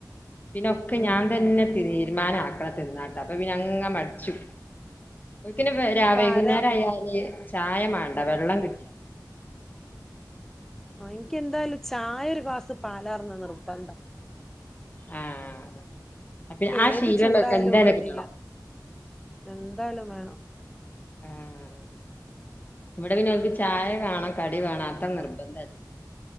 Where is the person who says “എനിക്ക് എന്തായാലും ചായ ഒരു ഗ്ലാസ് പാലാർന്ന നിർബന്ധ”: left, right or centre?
Centre